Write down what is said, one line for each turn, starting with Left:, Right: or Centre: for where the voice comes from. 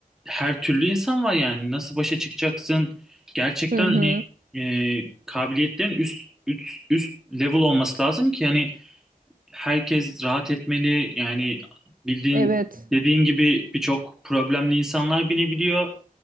Centre: her türlü insan var yani. Nasıl başa çıkacaksın? Gerçekten
Right: Hı hı.
Centre: hani e, kabiliyetlerin üst, üst, üst level olması lazım ki hani herkes rahat etmeli. Yani bildiğin
Right: Evet.
Centre: dediğin gibi birçok problemli insanlar binebiliyor.